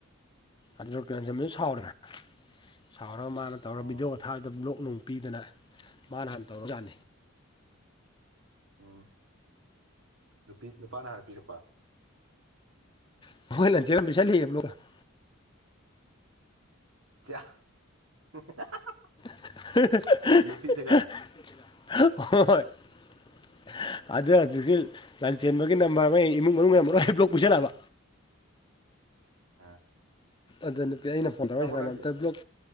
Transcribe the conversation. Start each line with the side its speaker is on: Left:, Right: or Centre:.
Left: ꯑꯗꯨꯗ ꯀꯩꯅꯣ ꯂꯟꯆꯦꯟꯕꯁꯨ ꯁꯥꯎꯔꯦꯅ ꯁꯥꯎꯔꯒ ꯃꯥꯅ ꯇꯧꯔ
Right: ꯑꯣ
Left: ꯚꯤꯗꯤꯑꯣ ꯊꯥꯗ ꯕ꯭ꯂꯣꯛ ꯅꯨꯡ ꯄꯤꯗꯅ ꯃꯥꯅ ꯍꯥꯟ ꯇꯧꯔꯕꯖꯛꯅꯤ꯫
Right: ꯎꯝ ꯅꯨꯄꯤ ꯅꯨꯄꯥꯅ ꯍꯥꯟꯅ ꯄꯤꯔꯛꯄ꯫
Left: <unintelligible>
Right: <unintelligible>
Left: <unintelligible> <unintelligible>
Right: ꯅꯨꯄꯤꯗꯒ
Left: ꯆꯦꯟꯕꯒꯤ ꯅꯝꯕꯔꯉ ꯏꯃꯨꯡ ꯃꯅꯨꯡ ꯂꯣꯏ ꯍ ꯕ꯭ꯂꯣꯛ ꯄꯨꯁꯤꯜꯂꯑꯕ
Right: ꯑ
Left: ꯑꯗ ꯅꯨꯄꯤ ꯑꯩꯅ ꯐꯣꯟ ꯇꯧꯔ ꯋꯥꯔꯤ ꯁꯟꯅꯔ
Right: ꯅꯣꯏꯒꯤ
Left: ꯕ꯭ꯂꯣꯛ